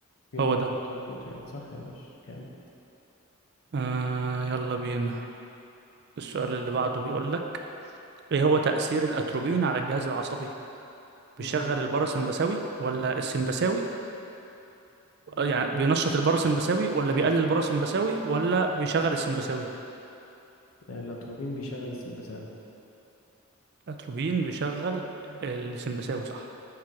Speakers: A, on the left; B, on the right.
A: بينقي
B: هو ده
A: بتنقيته يعني صح يا باشا كامل
B: آه يلا بينا السؤال اللي بعده بيقول لك ايه هو تأثير الأتروبين على الجهاز العصبي بيشغل
A: ال...
B: الباراسمبثاوي ولا السمبثاوي آه، يعني بينشط الباراسمبثاوي ولا
A: مم.
B: بيقلل الباراسمبثاوي ولا بيشغل السمبثاوي
A: الاتروبين بيشغل السمبثاوي
B: الأتروبين بيشغل السمبثاوي صح